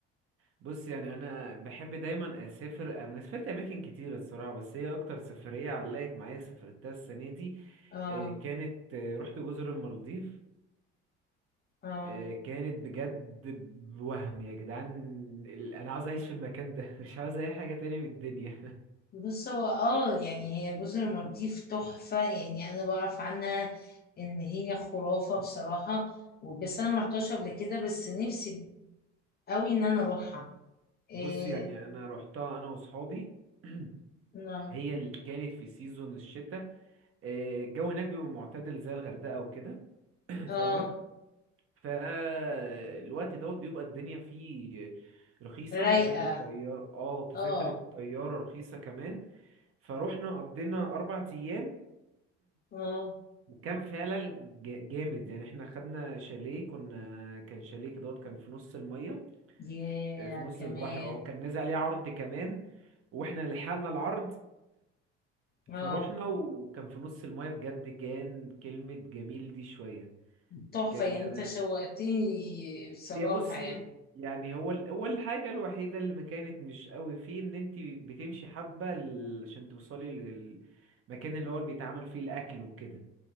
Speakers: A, on the right (about 40°); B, on the left (about 30°).
A: بص يعني انا بحب دايما اسافر انا سافرت اماكن كتير الصراحه بس هي اكتر سفريه علقت معايا سافرتها السنه دي
B: اه
A: آه، كانت آه، رحت جزر المالديف
B: اه
A: آه، كانت بجد وهم يا جدعان ال- انا عاوز اعيش في المكان ده <laughs> مش عاوز اي حاجه تاني من الدنيا
B: بص هو اه يعني هي جزر المالديف تحفة يعني انا بعرف عنها ان هي خرافة بصراحة بس انا مرحتهاش قبل كده بس نفسي قوي ان انا اروحها
A: <laughs>
B: إيه
A: بص يعني انا رحتها انا وصحابي <clears throat>
B: اه
A: هي ال- كانت في سيزون الشتاء آه، الجو هناك بيبقى معتدل زي الغردقه وكده <clears throat>
B: اه
A: فاهمه فالوقت دوت بيبقى الدنيا فيه رخيصة
B: رايقة
A: وتذاكر الطيارة اه تذاكر
B: اه
A: الطيارة رخيصة كمان فروحنا قضينا أربع أيام
B: اه
A: وكان فعلا ج- جامد يعني احنا خدنا شاليه كنا كان شاليه كدهوت كان في نص المية
B: يا
A: آه، في نص
B: كمان
A: البحر اه كان نازل عليه عرض كمان واحنا لحقنا العرض
B: اه
A: فروحنا وكان في نص المية بجد كان كلمة جميل دي شوية
B: تحفة
A: كان
B: يعني
A: يعني
B: انت شوقتني بصراحة
A: هي بصي
B: يعني
A: يعني هو ال- هو الحاجة الوحيدة اللي ما كانت مش قوي فيه ان انت بتمشي حبة ال- عشان توصلي للمكان اللي هو اللي بيتعمل فيه الاكل وكده